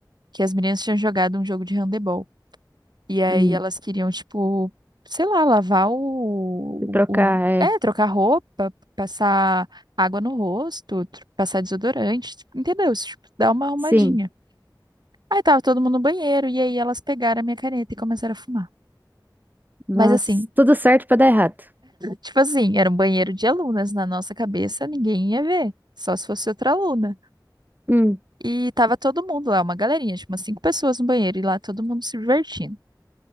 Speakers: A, on the right; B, on the right.
A: que as meninas tinham jogado um jogo de handebol. E aí
B: Hum.
A: elas queriam tipo, sei lá, lavar o,
B: Se trocar,
A: o,
B: é.
A: é, trocar roupa, passar água no rosto, tr- passar desodorante, tipo, entendeu? Tipo, dar uma arrumadinha.
B: Sim.
A: Aí tava todo mundo no banheiro e aí elas pegaram a minha caneta e começaram a fumar.
B: Nossa,
A: Mas assim,
B: tudo certo pra dar errado.
A: Tipo assim, era um banheiro de alunas. Na nossa cabeça, ninguém ia ver. Só se fosse outra aluna.
B: Hum,
A: E tava todo mundo lá, uma galerinha, tipo umas cinco pessoas no banheiro. E lá todo mundo se divertindo.